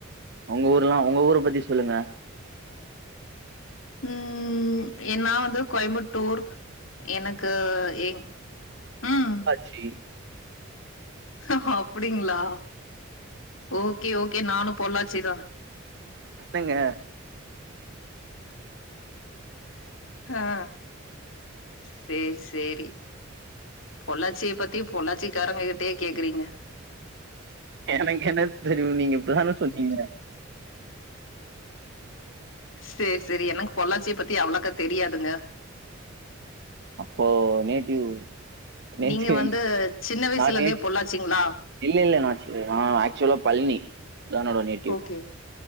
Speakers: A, on the right; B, on the left.
A: உங்க ஊர்லா உங்க ஊர பத்தி சொல்லுங்க
B: ம் என் நா வந்து கோயம்பட்டூர் எனக்கு எங் ம்
A: சீ
B: ஆ அப்டிங்களா ஓகே ஓகே நானும் பொல்லாச்சிதா
A: என்னங்க <inaudible>
B: ஆ சேர் சேரி பொள்ளாச்சிய பத்தி பொள்ளாச்சிக்காரங்க கிட்டயே கேக்குறீங்க
A: எனக்கு என்ன தெரியூ நீங்க இப்ப தா சொன்னீங்க
B: சேர் செரி எனக் பொள்ளாச்சிய பத்தி அவ்ளோக்கா தெரியாதுங்க
A: அப்போ நேட்டிவ் நேட்டிவ்
B: நீங்க வந்து சின்ன வயசுல
A: நா நே
B: இருந்தே பொள்ளாச்சிங்ளா
A: இல்ல இல்ல நா செல்லிற் நா ஆக்சுவலா பல்னி அதா என்னோட நேட்
B: ஓகே